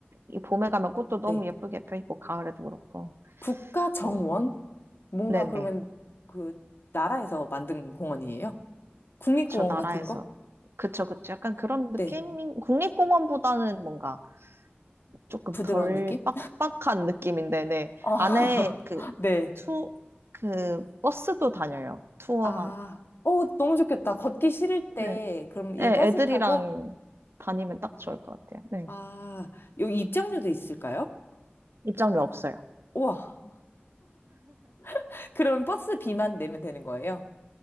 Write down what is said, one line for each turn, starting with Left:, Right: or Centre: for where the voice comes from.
Right: 이 봄에 가면 꽃도 너무
Left: 네.
Right: 예쁘게 펴 있고, 가을에도 그렇고,
Left: 국가 정원?
Right: 뭐,
Left: 뭔가
Right: 네네,
Left: 그러면 그 나라에서 만든 공원이에요? 국립공원
Right: 그쵸, 나라에서.
Left: 같은 거?
Right: 그쵸, 그쵸. 약간 그런 느낌인,
Left: 네.
Right: 국립공원보다는 뭔가, 조금
Left: 부드러운
Right: 덜
Left: 느낌?
Right: 빡빡한 느낌인데, 네.
Left: 아,
Right: 안에 그,
Left: <laughs> 네.
Right: 투, 그, 버스도 다녀요. 투어하는?
Left: 아, 오, 너무 좋겠다. 걷기 싫을 때,
Right: 네.
Left: 그럼 이
Right: 네,
Left: 버스
Right: 애들이랑
Left: 타고?
Right: 다니면 딱 좋을 것 같아요. 네.
Left: 아, 여기 입장료도 있을까요?
Right: 입장료 없어요.
Left: 우와. <laughs> 그럼 버스 비만 내면 되는 거예요?